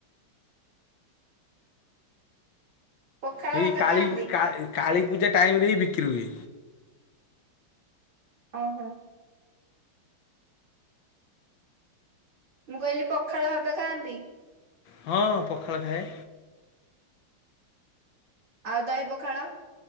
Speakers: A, on the right; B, on the left.
A: ପଖାଳ
B: ସେଇ
A: ଭାତ
B: କାଳୀ
A: ଖାଆନ୍ତି?
B: କାଳ କାଳୀପୂଜା ଟାଇମ ରେ ହିଁ ବିକ୍ରି ହୁଏ।
A: ଓହୋ। ମୁଁ କହିଲି ପଖାଳ ଭାତ ଖାଆନ୍ତି?
B: ହଁ ପଖାଳ ଖାଏ।
A: ଆଉ ଦହି ପଖାଳ।